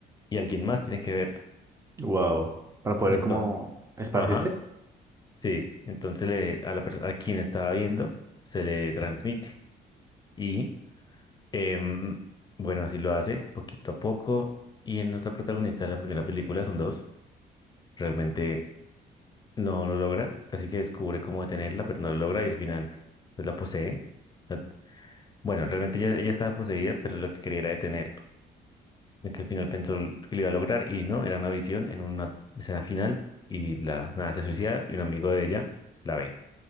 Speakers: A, on the left; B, on the right.
A: y alguien más tiene que verlo.
B: Wow. Para poder
A: Entonces,
B: como esparcirse.
A: ajá. Sí, entonces le, a la persona, a quien estaba viendo se le transmite. Y em, bueno, así lo hace poquito a poco. Y en nuestra protagonista de la primera película son dos. Realmente no lo logra. Casi que descubre cómo detenerla, pero no lo logra y al final pues la posee. La- Bueno, realmente ella, ella estaba poseída, pero lo que quería era detenerlo. y que al final pensó que lo iba a lograr y no, era una visión en una escena final y la nada, se suicida y un amigo de ella la ve.